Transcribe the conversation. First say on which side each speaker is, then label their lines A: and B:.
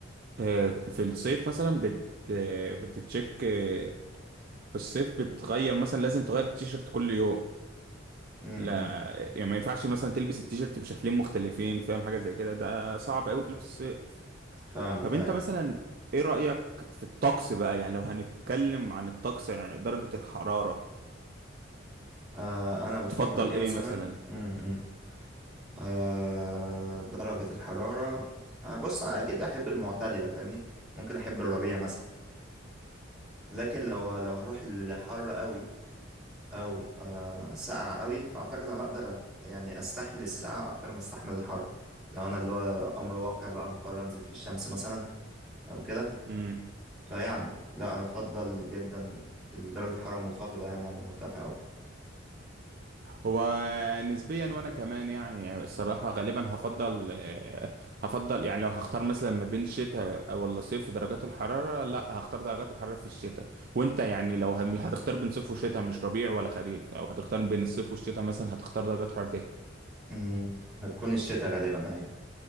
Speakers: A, on the right; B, in the centre.
A: آه، في الصيف مثلا بت... آه، بتتشيك آه، في الصيف بتغير مثلا لازم تغير التيشيرت كل يوم
B: امم
A: لا يعني ما ينفعش مثلا تلبس التيشيرت بشكلين مختلفين فاهم حاجه زي كده ده صعب قوي في لبس الصيف
B: فاهمك
A: طب انت
B: ايوه
A: مثلا ايه رايك في الطقس بقى يعني لو هنتكلم عن الطقس يعني درجه الحراره
B: آه انا بفضل
A: تفضل
B: ايه
A: ايه
B: مثلا
A: مثلا
B: امم آه، درجة الحرارة آه، بص أنا أكيد أحب المعتدلة فاهمني ممكن أحب الربيع مثلا لكن لو لو هروح لحر قوي أو آه، ساقعة قوي فأعتقد أنا أقدر أت- يعني أستحمل الساقعة أكتر ما أستحمل الحر لو أنا اللي هو أمر واقع بقى هضطر أنزل في الشمس مثلا أو كده
A: امم
B: فيعني لا أنا أفضل جدا درجة الحرارة المنخفضة يعني عن المرتفع أو كده
A: هو نسبيا وانا كمان يعني الصراحه غالبا هفضل آه، هفضل يعني لو هختار مثلا ما بين شتاء ولا صيف في درجات الحراره لا هختار درجات الحراره في الشتاء وانت يعني لو هم- هتختار بين صيف وشتاء مش ربيع ولا خريف او هتختار بين الصيف والشتاء مثلا هتختار درجات حراره
B: أمم، هتكون الشتاء غالبا أيوة